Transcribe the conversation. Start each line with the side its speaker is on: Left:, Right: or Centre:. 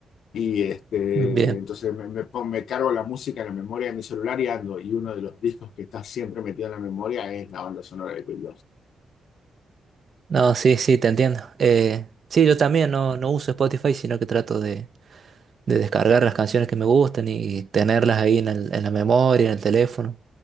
Left: Y este,
Right: bien.
Left: entonces me, me, pon- me cargo la música en la memoria de mi celular y ando. Y uno de los discos que está siempre metido en la memoria es la banda sonora de Queen
Right: No, sí, sí, te entiendo. Eh, sí, yo también no, no uso Spotify, sino que trato de, de descargar las canciones que me gustan y tenerlas ahí en el- en la memoria, en el teléfono.